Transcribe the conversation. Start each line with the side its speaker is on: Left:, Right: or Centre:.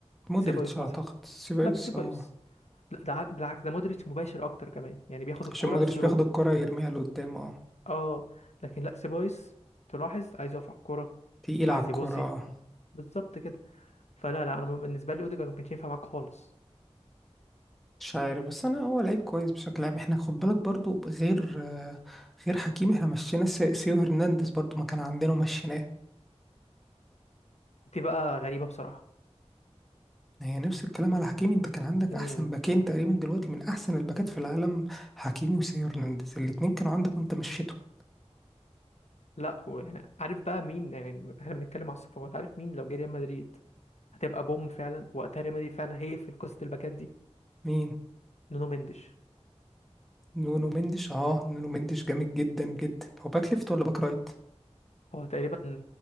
Centre: مودريتش
Left: سيبايوس
Centre: اعتقد
Left: مثلا
Centre: سيبايوس
Left: لا سيبايوس
Centre: اه
Left: لا ده عك- بالعكس ده مودريتش مباشر اكتر كمان يعني بياخد الكرة
Centre: عشان مودريتش
Left: ثرو
Centre: بياخد الكرة يرميها لقدام اه
Left: اه لكن لا سيبايوس تلاحظ عايز يقف على الكرة
Centre: تقيل
Left: عايز
Centre: على الكرة
Left: يباصي
Centre: اه
Left: بالظبط كده فلا لا انا بالنسبه لي اوديجارد ما كانش ينفع معاك خالص
Centre: مش عارف بس انا هو لعيب كويس بشكل عام احنا خد بالك برضو غير آه، غير حكيمي احنا مشينا سي- سيو هرنانديز برضو ما كان عندنا ومشيناه
Left: دي بقى غريبه بصراحه
Centre: هي نفس الكلام على حكيمي انت كان عندك
Left: امم
Centre: احسن باكين تقريبا دلوقتي من احسن الباكات في العالم حكيمي وسيو هرنانديز الاتنين كانوا عندك وانت مشيتهم
Left: لا ويعني عارف بقى مين يعني احنا بنتكلم على الصفقات عارف مين لو جه ريال مدريد هتبقى بوم فعلا وقتها ريال مدريد فعلا هيقفل قصه الباكات دي
Centre: مين
Left: نونو مندش
Centre: نونو مندش اه نونو مندش جامد جدا جدا هو باك ليفت ولا باك رايت
Left: هو تقريبا